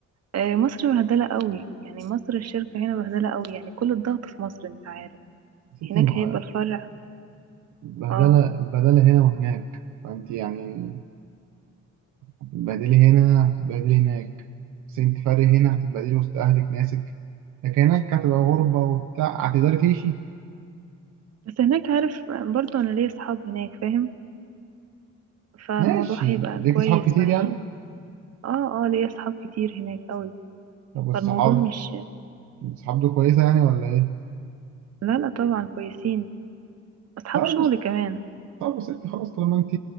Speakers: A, on the right; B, on the right.
A: آه، مصر بهدله قوي يعني مصر الشركه هنا بهدله قوي يعني كل الضغط في مصر انت عارف
B: يا ستي
A: هناك
B: ما
A: هيبقى
B: هو
A: الفرع
B: البهدله
A: اه
B: البهدله هنا وهناك فانت يعني هتتبهدلي هنا هتتبهدلي هناك بس انت فارق هنا هتتبهدلي وسط اهلك ناسك لكن هناك هتبقى غربة وبتاع هتقدري تعيشي
A: بس هناك عارف برضو انا ليا اصحاب هناك فاهم فالموضوع
B: ماشي
A: هيبقى
B: ليكي
A: كويس
B: صحاب كتير
A: معايا
B: يعني
A: اه اه ليا اصحاب كتير هناك قوي
B: طب والصحاب
A: فالموضوع مش
B: الصحاب دول كويسة يعني ولا ايه
A: لا لا طبعا كويسين اصحاب
B: طيب
A: شغل
B: بس
A: كمان
B: طب بس انت خلاص طالما انت